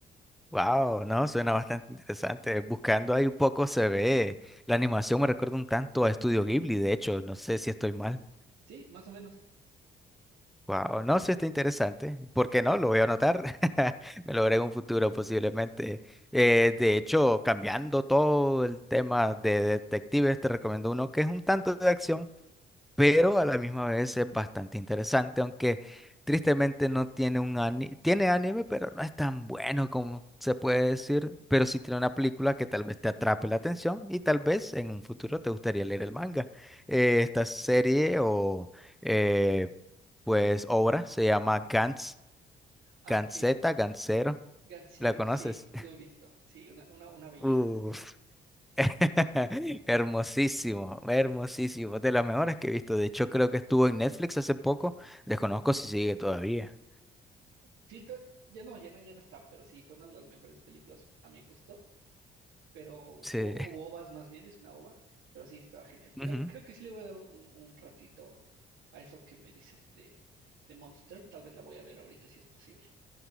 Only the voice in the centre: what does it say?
Wow, no, suena bastante interesante. Buscando ahí un poco se ve. La animación me recuerda un tanto a Estudio Ghibli, de hecho, no sé si estoy mal.
Wow, no, sí está interesante. ¿Por qué no? Lo voy a anotar. <laughs> Me lo veré en un futuro posiblemente. Eh, de hecho, cambiando todo el tema de detectives, te recomiendo uno que es un tanto de acción. pero a la misma vez es bastante interesante, aunque tristemente no tiene un anime, tiene anime, pero no es tan bueno como se puede decir, pero sí tiene una película que tal vez te atrape la atención y tal vez en un futuro te gustaría leer el manga. Eh, esta serie o eh, pues obra se llama Gantz,
Gantzeta,
Gantzero,
¿la conoces?
<laughs>
Uf,
<laughs> Hermosísimo, hermosísimo. De las mejores que he visto. De hecho, creo que estuvo en Netflix hace poco. Desconozco si sigue todavía.
Sí.
Ujú.